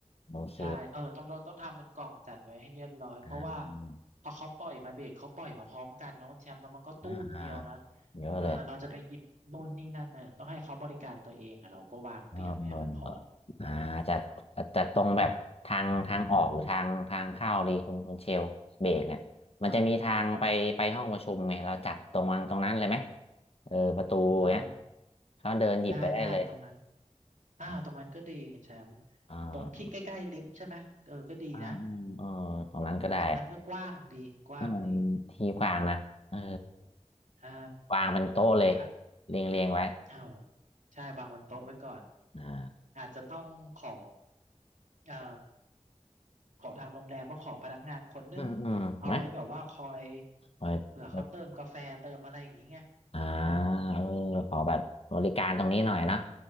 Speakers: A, on the left; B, on the right.
A: โอเค
B: ใช่เออต้องเราต้องทำเป็นกล่องจัดไว้ให้เรียบร้อยเพราะว่า
A: อ่า
B: พอเขาปล่อยมาเบรกเขาปล่อยมาพร้อมกันเนอะคุณแชมป์เนอะมันก็ตู้มเดียวนะ
A: อ่าอ่าเยอะเลย
B: เออเราจะไปหยิบนู่นนี่นั่นเนี่ยต้องให้เขาบริการตัวเองอ่ะเราก็วางเตรียมไว้ให้มันพร้อม
A: เออเออเอออ่าจะจะจะตรงแบบทางทางออกหรือทางทางเข้าดีคุณคุณเชลเบรกเนี่ยมันจะมีทางไปไปห้องประชุมไงเราจัดตรงวางตรงนั้นเลยไหม
B: เอาเอา
A: เออประตูเนี้ย
B: เออ
A: เขาเดินหยิบไปได้เลย
B: ได้ได้ตรงนั้นอ่าตรงนั้นก็ดีคุณแชมป์
A: อ่าอ่
B: ตรงที่ใกล้ๆลิฟต์ใช่ไหมเออก็ดีนะ
A: าอ่าอืมเออตรงนั้นก็ได้
B: เออตรงนั้นก็กว้างดีกว้างดี
A: อืมที่กว้างนะเออ
B: ใช่
A: วางเป็นโต๊ะเลย
B: อ่ะ
A: เรียงเรียงไว้
B: อ้าวใช่วางบนโต๊ะไว้ก่อน
A: อ่า
B: อาจจะต้องขอเอ่อขอทางโรงแรมว่าขอพนักงานคนนึง
A: อืมอืมไหม
B: เอาไว้แบบว่าคอย
A: คอย
B: เผื่อเขาเติมกาแฟเติมอะไรอย่างนี้ไง
A: อ่า
B: อ่า
A: เออขอแบบบริการตรงนี้หน่อยเนาะ